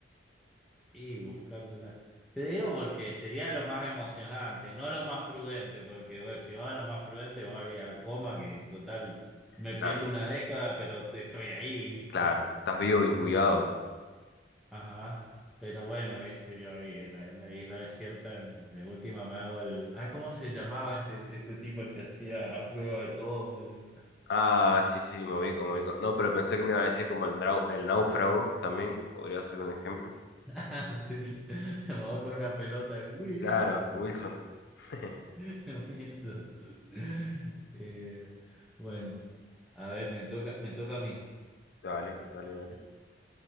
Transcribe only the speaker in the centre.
Y buscársela. Te digo porque sería lo más emocionante, no lo más prudente, porque bueno, si va a lo más prudente voy al coma, que total me
pierdo una década, pero te- estoy ahí, ¿viste?
Ajá. Pero bueno, qué sé yo, ahí en la, en la isla desierta, de de última me hago el... Ah, ¿cómo se llamaba este, este tipo el que hacía a prueba de todo? El...
<laughs> Sí, sí. Me hago con una pelota de Wilson.
<laughs> Wilson. Eh, bueno, a ver, me toca, me toca a mí.